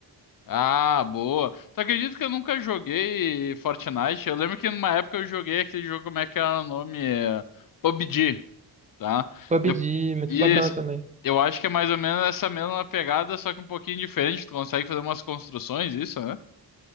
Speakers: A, on the left; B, on the right.
A: Ah, boa. Tu acredita que eu nunca joguei Fortnite? Eu lembro que numa época eu joguei aquele jogo, como é que era o nome? É, PUBG, tá?
B: PUBG,
A: De-
B: muito
A: E
B: bacana também.
A: eu acho que é mais ou menos essa mesma pegada, só que um pouquinho diferente. Tu consegue fazer umas construções, isso, né?